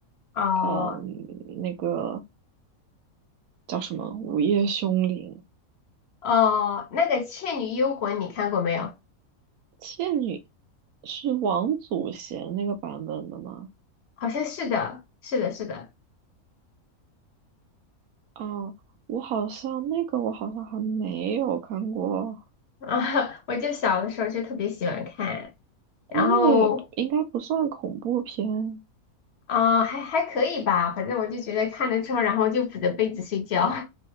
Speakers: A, on the left (about 50°); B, on the right (about 75°).
A: 哦
B: 嗯，那个叫什么《午夜凶铃》，
A: 哦，那个《倩女幽魂》你看过没有？
B: 倩女是王祖贤那个版本的吗？
A: 好像是的，是的，是的，
B: 哦，我好像那个我好像还没有看过，
A: <laughs> 啊，我就小的时候就特别喜欢看，
B: 但那个也不应该不算恐怖片。
A: 然后啊、还还可以吧，反正我就觉得看了之后，然后就捂着被子睡觉，